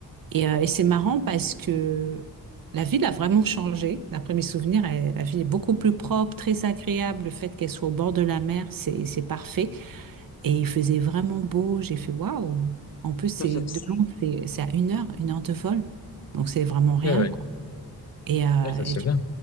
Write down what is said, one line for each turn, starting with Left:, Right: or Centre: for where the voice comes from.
Right: Et, euh, et c'est marrant parce que la ville a vraiment changé. D'après mes souvenirs, elle- la ville est beaucoup plus propre, très agréable. Le fait qu'elle soit au bord de la mer, c'est, c'est parfait. Et il faisait vraiment beau. J'ai fait waouh. En plus, c'est
Left: <laughs>
Right: de Londres, c'est c'est à une heure, une heure de vol. Donc, c'est vraiment
Left: Ok,
Right: rien,
Left: ouais.
Right: quoi. Et, euh,
Left: Ouais, ça se
Right: et tu-
Left: fait bien.